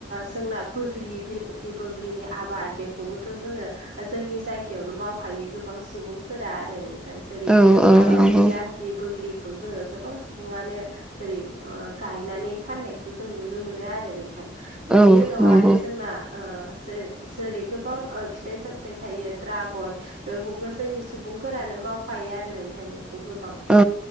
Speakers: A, on the right; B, in the centre.
A: जोंना बैग्रि बिलाथि बोग्रिनि आबाद बेखौबोथ' जोङो जोंनि जायगायावनो मावखायो गोबां सुबुंफोरा आरो नों जेरै
B: औ औ नंगौ
A: बिलाथि बोग्रिखौ जोङो गोबां सुबुङानो जेरै गायनानै फाननायखौ जों नुनो मोनो आरो नोंथां बिनि
B: औ
A: उनाव
B: नंगौ
A: आरो जोंना ओ जेरै गोबां फिथाइ सामथाइ थायो ड्रागन बेखौबो जोंनि सुबुंफोरानो मावखायो आरो नोंथां बेखौ गोबां
B: औ